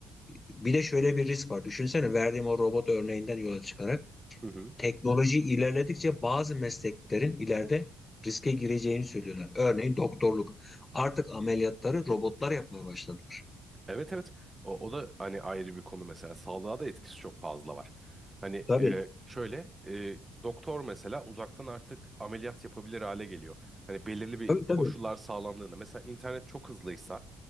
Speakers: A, on the left; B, on the right.
A: bir de şöyle bir risk var. Düşünsene verdiğim o robot örneğinden yola çıkarak
B: Hı hı.
A: teknoloji ilerledikçe bazı mesleklerin ileride riske gireceğini söylüyorlar. Örneğin doktorluk. Artık ameliyatları robotlar yapmaya başladılar.
B: Evet evet o, o da hani ayrı bir konu mesela sağlığa da etkisi çok fazla var. Hani
A: Tabii.
B: e, şöyle e, doktor mesela uzaktan artık ameliyat yapabilir hale geliyor. Hani belirli bir
A: Tabii tabii.
B: koşullar sağlandığında mesela internet çok hızlıysa